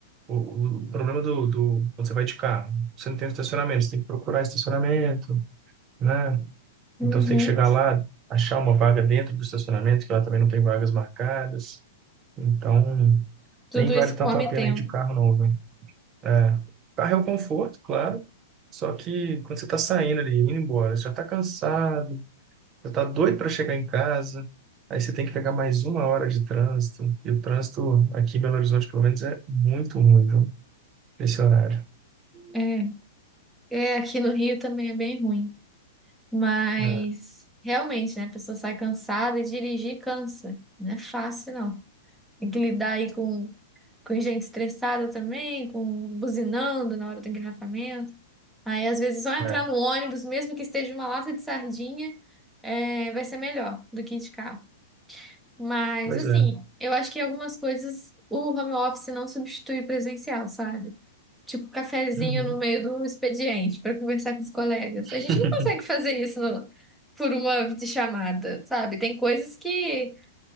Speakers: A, on the right; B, in the centre.
A: o, o problema do, do, quando você vai de carro, você não tem estacionamento, você tem que procurar estacionamento, né?
B: Uhum.
A: Então, você tem que chegar lá, achar uma vaga dentro do estacionamento, que lá também não tem vagas marcadas. Então,
B: Tudo
A: nem vale
B: isso
A: tanto
B: come
A: a pena
B: tempo.
A: ir de carro, não, viu? É, carro é um conforto, claro, só que quando você tá saindo ali, indo embora, você já tá cansado, já tá doido para chegar em casa, aí você tem que pegar mais uma hora de trânsito, e o trânsito aqui em Belo Horizonte, pelo menos, é muito ruim, viu? Esse horário.
B: É, é, aqui no Rio também é bem ruim. Mas
A: É,
B: realmente, né? A pessoa sai cansada e dirigir cansa. Não é fácil, não. Tem que lidar aí com, com gente estressada também, com buzinando na hora do engarrafamento. Aí, às vezes, só entrar
A: é.
B: no ônibus, mesmo que esteja uma lata de sardinha, é, vai ser melhor do que ir de carro. Mas,
A: Pois
B: assim,
A: é.
B: eu acho que algumas coisas o home office não substitui o presencial, sabe? Tipo, cafezinho
A: Uhum.
B: no meio do expediente para conversar com os colegas.
A: <laughs>
B: A gente não consegue fazer isso no- por uma videochamada, sabe? Tem coisas que,